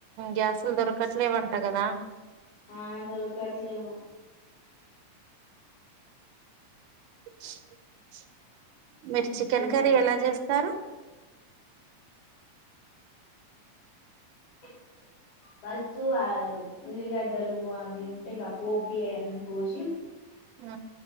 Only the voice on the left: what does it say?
ఆ దొరకట్లేవు
ఫుల్
టైట్.
<inaudible> ఫస్ట్ ఆ ఉల్లిగడ్డలు అవి ఉంటయిగా పోప్ వి అయన్ని కోసి